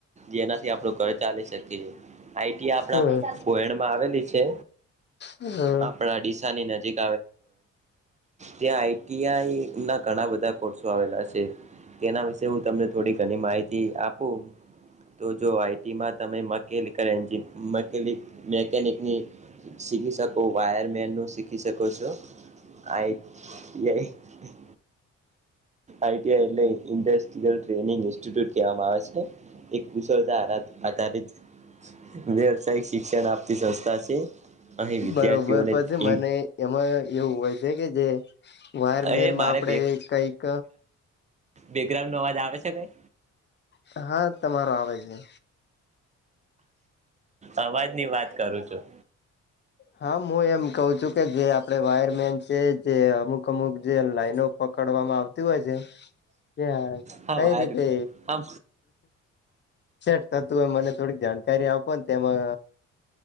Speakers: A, on the right; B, on the left.
A: જેનાથી આપણું ઘર ચાલી શકીએ. આઈ ટી આપણા
B: હ હ
A: કોહેણમાં આવેલી છે,
B: બરોબર પછી
A: આપણા ડીસાની નજીક. ત્યાં આઈ આઈ ના ઘણા બધા કોશો આવેલા છે, તેના વિશે હું તમને થોડી ઘણી માહિતી આપું. તો જો આઈટીમાં તમે મકેનિકલ એન્જ મનિક મકેનિકની શીખી શકો વાયરમેનનું શીખી શકો છો. આ એક લાઈટી અઇતિયાય્ એટ ઇન્્રીયલ ટ્રેનિંગ ઇન્સ્ટિટ્યૂટ કહેવામાં આવે છે ને એક કુશળતા આધાધિત્ વવસાય શિક્ષણ આપતી સંસ્થા છે. અહીં વિદ્યાર્થીઓને
B: બરોબર પછી મને
A: ઇન
B: એમાં એવું હોય છે કે જે વાયર
A: અરે
B: મેનમાં
A: મારે
B: આપડે કઈક
A: બેકગ્રાઉન્ડ નો અવાજ આવે છે કઈ
B: હા તમારો આવે જ છે.
A: અવાજ ની વાત કરું છું.
B: હા હું એમ કઉ છું કે જે આપડ વાયરમેન છે જે અમુક અમુક જે લાઈનો પકડવામાં આવતી હોય છે કે
A: હા
B: કઈ
A: વાયર
B: રીતે
A: હા
B: સેઠ થ તું હો મને થોડીક જાણકારી આપોને તેમાં